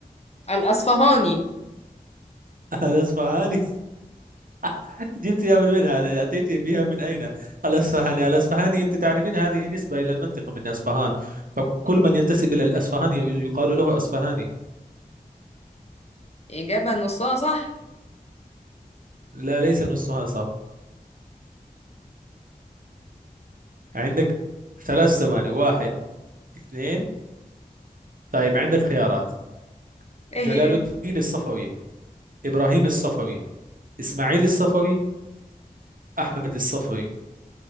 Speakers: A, on the left (about 45°); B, on the right (about 65°).
A: الأصفهاني
B: الأصفهاني <laughs> جبتها من وين هذا أتيت بها من أين الأصفهاني الأصفهاني أنت تعرفين هذه نسبة إلى المنطقة من أصفهان فكل من ينتسب إلى الأصفهاني يقال له أصفهاني
A: إجابة نصها صح
B: لا ليس نصها صح عندك ثلاث ثواني واحد اثنين طيب عندك خيارات
A: ايه
B: جلال
A: هي
B: الدين الصفوي إبراهيم الصفوي اسماعيل الصفوي احمد الصفوي